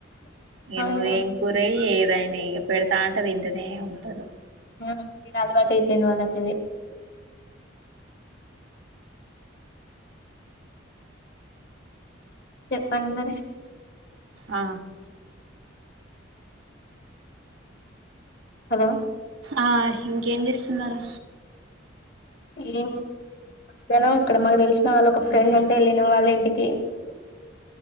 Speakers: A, on the right; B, on the left.
A: ఇగ
B: అవును
A: నువ్వు ఏం కూరై ఏదైనా ఇగా పెడతాంటే తింటనే ఉంటరు
B: ఉమ్ ఇగ అలవాటు అయిపేయింది వాళ్ళకు అదే చెప్పండి మరి
A: ఆ
B: హలో
A: ఆ ఇంకేం చేస్తున్నారు
B: ఏమి మధ్యాహ్నం ఇక్కడ మాకు తెలిసిన వాళ్ళు ఒక ఫ్రెండ్
A: ఉహు
B: ఉంటే వెళ్ళినం వాళ్ళ ఇంటికి